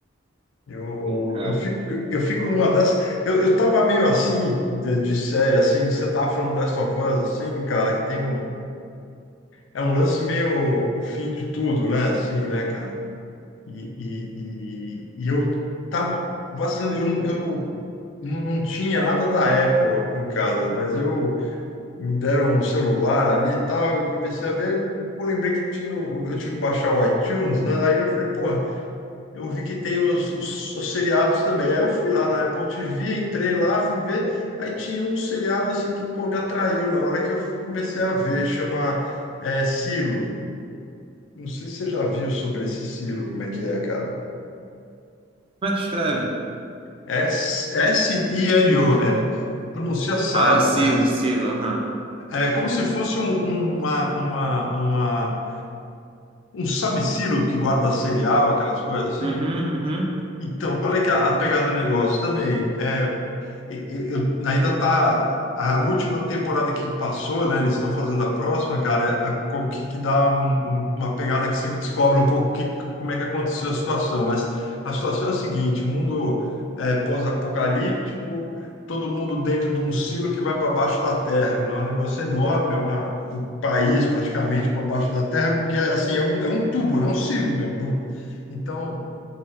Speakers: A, on the left; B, on the right.
A: Eu,
B: Sim, cara.
A: eu fico, eu fico numa dessas. Eu, eu tava meio assim, de, de série, assim, você tava falando Last of Us, assim, cara, que tem um. É um lance meio o fim de tudo, né? Assim, né, cara? E, e, e, e eu tava vacilando, eu, não- eu não, não tinha nada da Apple aqui em casa, mas eu me deram um celular ali e tal, eu comecei a ver, eu lembrei que tinha, o- eu tive que baixar o iTunes, né? Daí eu falei, pô. Eu vi que tem os, os, os seriados também. Aí eu fui lá na Apple TV, entrei lá, fui ver. Aí tinha um seriado assim que pô, me atraiu na hora que eu fu- comecei a ver, chama é, Silo. Não sei se você já viu sobre esse Silo, como é que é, cara.
B: Como é que escreve?
A: É S- S-I-L-O, é, pronuncia Silo,
B: Ah, Silo,
A: mas
B: Silo, aham.
A: é como se fosse um, um, uma, uma, uma, um sabe-silo que guarda cereal, aquelas coisas assim.
B: Uhum, uhum,
A: Então, qual é que é a pegada do negócio também? É, eu, ainda tá a última temporada que passou, né? Eles estão fazendo a próxima, cara. é A, co- que, que dá um- um, uma pegada que você descobre um pouco que, como é que aconteceu a situação. Mas a situação é a seguinte: mundo é, pós-apocalíptico, todo mundo dentro de um silo que vai para baixo da terra. né, É um negócio enorme, é uma, um país praticamente para baixo da terra. E é, assim, é um, é um tubo, né? Um silo mesmo. Então